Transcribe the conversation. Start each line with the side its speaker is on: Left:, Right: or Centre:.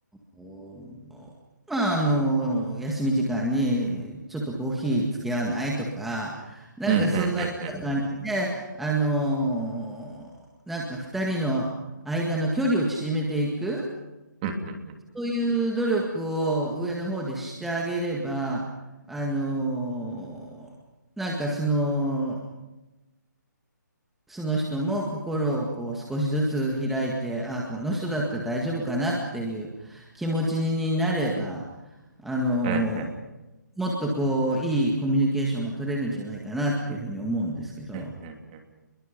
Centre: おまあ、あの、休み時間に、ちょっとコーヒー付き合わないとか、なんかそんなような感じで、
Right: うん、うん、うん、
Centre: あの、なんか二人の間の距離を縮めていく、
Right: うん、うん、
Centre: そういう努力を上の方でしてあげれば、あの、なんかその、その人も心をこう少しずつ開いて、あ、この人だったら大丈夫かなっていう気持ちになれば、あの、
Right: うん、うん、
Centre: もっとこう、いいコミュニケーションが取れるんじゃないかなっていうふうに思うんですけど。
Right: うん、うん、うん、うん。